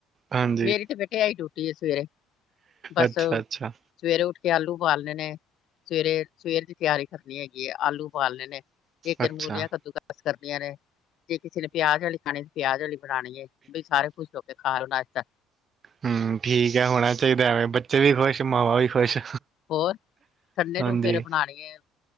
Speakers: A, on the right; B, on the left.
A: ਹਾਂਜੀ
B: ਮੇਰੀ ਤੇ, ਬੈਟੇ ਐਈ ਡਊਟੀ ਏ ਸਵੇਰੇ। ਬਸ
A: ਅੱਛਾ
B: ਸਵੇਰੇ
A: ਅੱਛਾ
B: ਉੱਠ ਕੇ ਆਲੂ ਬਾਲਣੇ ਨੇ। ਸਵੇਰੇ ਸਵੇਰ ਦੀ, ਤਿਆਰੀ ਕਰਨੀ ਹੈਗੀ ਆ। ਆਲੂ ਊਬਾਲਣੇ ਨੇ, ਏਧਰ
A: ਅੱਛਾ
B: ਮੂਲੀਆਂ ਕੱਦੂ ਕਸ ਕਰਨੀਆਂ ਨੇ। ਜੇ ਕਿਸੇ ਨੇ ਪਿਆਜ ਆਲੀ ਖਾਣੀ, ਪਿਆਜ ਆਲੀ ਬਣਾਣੀ ਏ। ਬ‌ਈ ਸਾਰੇ ਖੁਸ਼ ਹੋ ਕੇ, ਖਾ ਲੋ ਨਾਸ਼ਤਾ।
A: ਹੂਊ, ਠੀਕ ਐ ਹੋਣਾ ਚਾਈਦਾ ਐਵੇਂ, ਬੱਚੇ ਵੀ ਖੁਸ਼, ਮਾਵਾਂ ਵੀ ਖੁਸ਼।
B: ਹੋਰ, ਸੰਡੇ
A: ਹਾਂਜੀ
B: ਨੂੰ ਫੇਰ ਬਣਾਣੀ ਏ